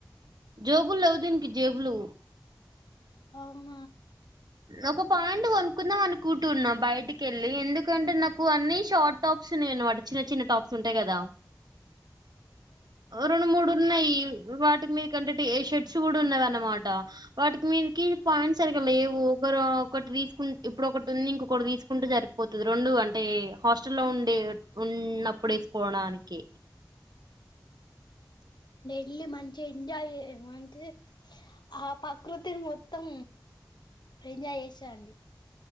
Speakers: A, on the right; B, on the left.
A: జోబులేవు దీనికి జేబులు
B: అమ్
A: ఒక పాయింట్ కొనుక్కుందాం అనుకుంటున్నా బయటికెళ్ళి ఎందుకంటే నాకు అన్ని షార్ట్ టాప్ స్ ఉన్నాయ్ అనమాట చిన్న చిన్న టాప్స్ ఉంటాయి కదా రెండు మూడు ఉన్నాయి వాటికి మీరు కంటే షెట్స్ కూడా ఉన్నావనమాట వాటికి మీదకి పాయింట్స్ సరిగా లెవ్ ఇ ఒకరు ఒకటి తీసుకుంట ఇప్పుడు ఒకటి ఉంది ఇంకొకటి తీసుకుంటే సరిపోతది రెండు అంటే హాస్ట లో ఉన్ ఉండే ఉన్నప్పుడు వేసుకోడానికి
B: ఎల్లి మంచి ఎంజాయ్ చెయ్ మంచి ఆ ప్రకృతిని మొత్తం ఏంజాయ్ చేసి రండి